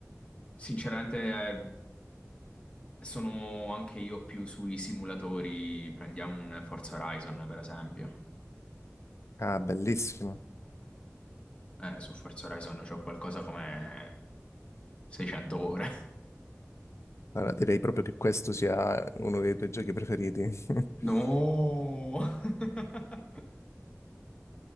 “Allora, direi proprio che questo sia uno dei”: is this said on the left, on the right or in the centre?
Left